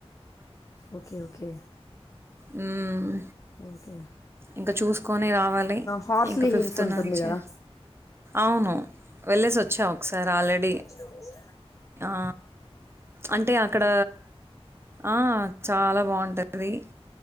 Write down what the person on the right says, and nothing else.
ఉమ్
ఇంక చూసుకొని రావాలి
ఇంకా ఫిఫ్త్
నుంచి
అవును వెళ్ళేసి వోచ్చామ్ ఒకసారి ఆల్రెడీ
ఆ అంటే ఆ అక్కడ అ చాలా బాగుంట అది